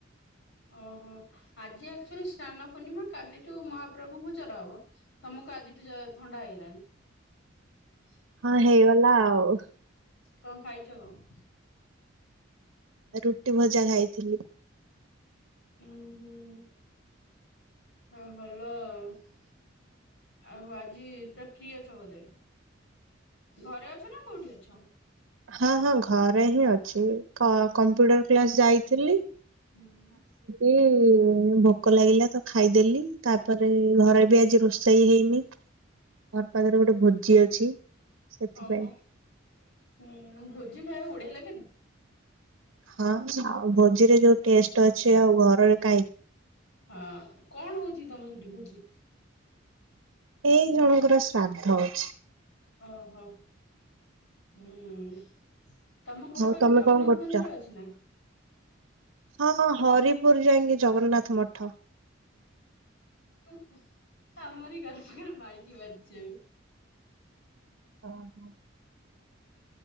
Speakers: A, on the left; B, on the right.
A: ଓହୋ ଆଜି ଆକ୍ଚୁଆଲି ସ୍ନାନ ପୂର୍ଣିମା କାଲିଠୁ ମହାପ୍ରଭୁଙ୍କୁ ଜର ହବ ତମକୁ । କୁ ଆଜିଠୁ ଜ ଥଣ୍ଡା ହେଇଲାଣି ।
B: ହଁ ହେଇଗଲା ଆଉ ।
A: କଣ ଖାଇଛ କଁ ।
B: ରୁଟି ଭଜା ଖାଇଥିଲି।
A: ହୁଁ ହୁଁ ହଁ ଭଲ ଆଉ । ଆଉ ଆଜି ପୁରା ଫ୍ରି ଅଛ ବୋଧେ ଘରେ ଅ ଅଛ ନା କୋଉଠି ଅଛ।
B: ହଁ ହଁ ଘରେ ହିଁ ଅଛି କ କମ୍ପ୍ୟୁଟର କ୍ଲାସ ଯାଇଥିଲି।
A: ଉଁ ‌।
B: ଏ ଭୋକ ଲାଗିଲା ତ ଖାଇଦେଲି ତାପରେ ଘରେ ବି ଆଜି ରୋଷେଇ ହେଇନି। ଘର୍ ପାଖରେ ଗୋଟେ ଭୋଜି ଅଛି। ସେଥିପାଇଁ
A: ଓହୋ ଉଁ ଭୋଜି ଖାଇଆକୁ ବଢିଆ ଲାଗେ ନି।
B: ହଁ ଆଉ ଭୋଜିରେ ଯୋଉ ଟେଷ୍ଟ ଅଛି ଆଉ ଘରରେ କାଇଁ ।
A: ହଁ କଣ ହଉଚି କି ତମ ସେଟି ଭୋଜି?
B: ଏଇ ଜଣଙ୍କର ଶ୍ରାଦ୍ଧ ଅଛି।
A: ଓ ହୋ ହୁଁ । ତମ ଘର
B: ଆଉ
A: ପାଖରେ
B: ତମେ
A: ଜଗନ୍ନାଥ
B: କଣ କରୁଛ?
A: ମନ୍ଦିର ଅଛି ନା?
B: ହଁ ହରିପୁର ଯାଇଁକି ଜଗନ୍ନାଥ ମଠ।
A: ସେ ଆମରି ଘର ପାଖରେ ମାଇକି ବାଜୁଛି ଏବେ।
B: ହଁ ହଁ।